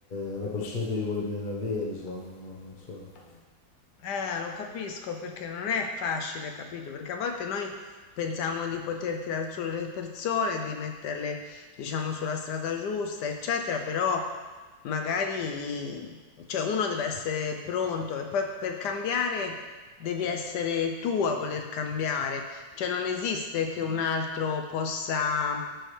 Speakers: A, on the left; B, on the left.
A: è una persona che gli vuole bene davvero, insomma, non so.
B: Eh, lo capisco perché non è facile, capito? Perché a volte noi pensiamo di poter tirar su le persone, di metterle, diciamo, sulla strada giusta, eccetera, però magari, cioè, uno deve essere pronto e poi per cambiare devi essere tu a voler cambiare, cioè non esiste che un altro possa,